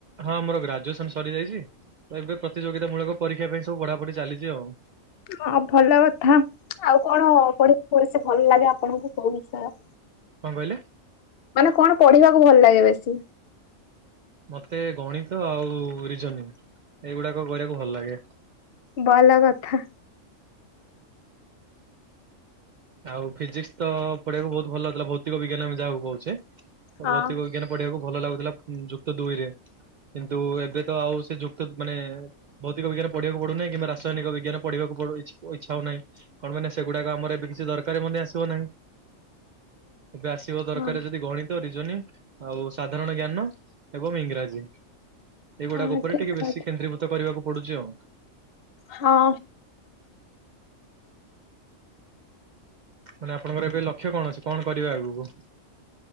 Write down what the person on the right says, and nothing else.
ହଁ ମୋର ଗ୍ରାଜୁଏସନ ସରିଯାଇଛି ତ ଏବେ ପ୍ରତିଯୋଗିତା ମୂଳକ ପରୀକ୍ଷା ପାଇଁ ସବୁ ପଢାପଢି ଚାଲିଛି ଆଉ।
କଣ କହିଲେ?
ମତେ ଗଣିତ ଆଉ ରିଜନୀଙ୍ଗ୍। ଏଇଗୁଡାକ କରିବାକୁ ଭଲ ଲାଗେ।
ଆଉ ଫିଜିକ୍ସ୍ ତ ପଢିବାଆକୁ ବହୁତ ଭଲ ଲଥିଲା ଭୌତିକ ବିଜ୍ଞାନ ଯାହାକୁ କହୁଛେ।
ଭୌତିକ ବିଜ୍ଞାନ ପଢିବାକୁ ଭଲ ଲାଗୁଥିଲା ଯୁକ୍ତ ଦୁଇରେ। କିନ୍ତୁ ଏବେ ତ ଆଉ ସେ ଯୁକ୍ତ ମାନେ ଭୌତିକ ବିଜ୍ଞାନ ପଢିବାକୁ ପଡୁନହି କିମ୍ବା ରାସାୟନିକ ବିଜ୍ଞ ପଢିବାକୁ ସବୁଆଡୁ ଇଚ୍ଛା ଇଛା ହଉନାହି କଣ ମାନେ ସେଗୁଡାକ ଆମ ଏବେ କିଛି ଦରକାର ମଧ୍ୟ ଆସିବ ନାହିଁ ଏବେ ଆସିବ ଦରକାର
ଯଦି ଗଣି ରିଜନିଙ୍ଗ୍ ଆଉ ସାଧାରଣ ଜ୍ଞାନ ଏବଂ ଇଂରାଜୀ। ଏଇଗୁଡାକ
ଉପରେ
ଟିକେ
ବେଶୀ କେନ୍ଦ୍ରୀଭୂତ କରିବାକୁ ପଡୁଛି ଆଉ।
ମାନେ ଆପଣଙ୍କର ଏବେ ଲକ୍ଷ୍ୟ କଣ ଅଛି କଣ କରିବା ଆଗକୁ।